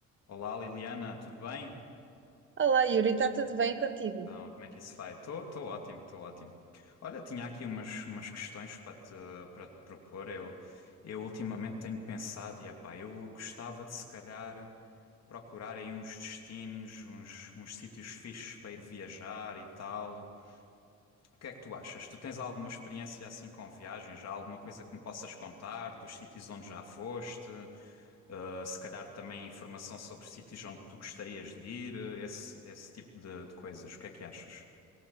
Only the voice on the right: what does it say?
Olá, Yuri, está tudo bem contigo?